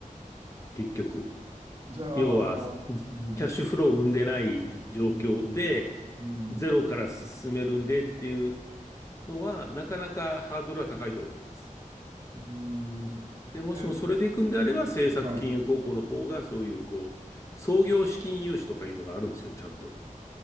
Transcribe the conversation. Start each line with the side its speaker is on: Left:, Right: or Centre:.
Left: 結局。
Right: じゃあ、
Left: 要は、
Right: あの、うん、
Left: キャッシュフローを生んでない状況で、
Right: うん、うん、
Left: ゼロから進めるんでっていうのは、なかなかハードルは高いと思います。
Right: うん。うん
Left: で、もしもそれで行くんであれば、
Right: えっ
Left: 政策金融高校の方が、
Right: はい。
Left: そういう、こう、創業資金融資とかいうのがあるんですよ、ちゃんと。